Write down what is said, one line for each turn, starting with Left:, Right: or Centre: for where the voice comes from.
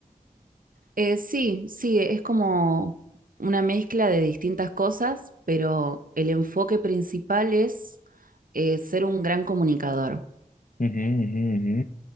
Right: Eh, sí, sí, es como una mezcla de distintas cosas, pero el enfoque principal es eh, ser un gran comunicador.
Left: Ujú, ujú, ujú.